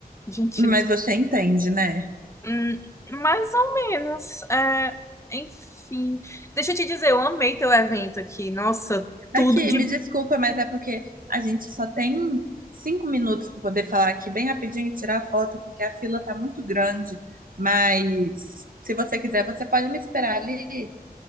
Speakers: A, on the left; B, on the right.
A: gente,
B: mas você entende, né?
A: hum, mais ou menos. É, enfim. Deixa eu te dizer, eu amei teu evento aqui. Nossa, tudo
B: Aqui,
A: de
B: me desculpa, mas é porque a gente só tem cinco minutos para poder falar aqui bem rapidinho e tirar a foto, porque a fila tá muito grande. Mas se você quiser, você pode me esperar ali